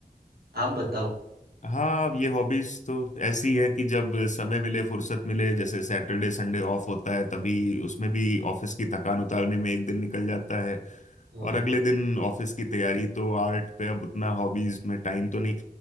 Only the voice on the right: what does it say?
आप बताओ
हाँ